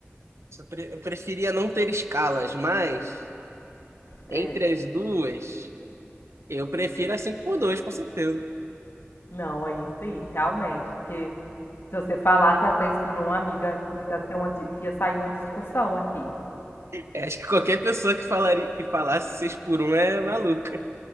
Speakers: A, on the right; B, on the left.
A: Eu pre- eu preferia não ter escalas, mas entre
B: É,
A: as duas, eu prefiro a 5 por 2, com certeza.
B: não, aí sim, realmente, porque se você falasse a 6 por um, amiga, ia ser uma, di- ia sair uma discussão aqui.
A: É, acho que qualquer pessoa que falaria, que falasse 6 por um é maluca.